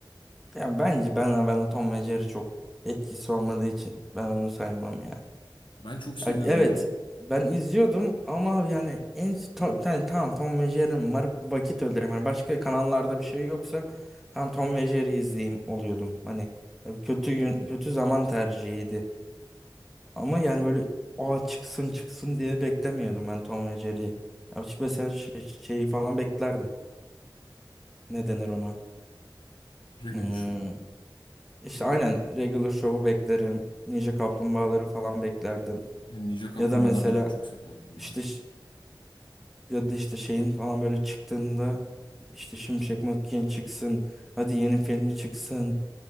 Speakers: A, in the centre; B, on the left.
A: Ya bence ben ben o Tom ve Jerry çok etkisi olmadığı için ben onu saymam ya.
B: Ben çok seviyordum
A: Ya Evet
B: ya.
A: ben izliyordum ama yani en tam, yani tamam Tom ve Jerry'm var vakit öldüreyim. Hani başka kanallarda bir şey yoksa tam Tom ve Jerry izleyeyim oluyordum. Hani e, kötü gün, kötü zaman tercihiydi. Ama yani böyle o çıksın çıksın diye beklemiyordum ben Tom ve Jerry'yi. Ya şu mesela şey- şeyi falan beklerdim. Ne denir ona?
B: Regular
A: Hmm.
B: Show'u.
A: İşte aynen Regular Show'u beklerim. Ninja Kaplumbağaları falan beklerdim.
B: Yani Ninja Kaplumbağaları
A: Ya da mesela
B: da ben çok severdim
A: işte
B: ya.
A: Ya da işte şeyin falan böyle çıktığında işte Şimşek Mökken çıksın. Hadi yeni filmi çıksın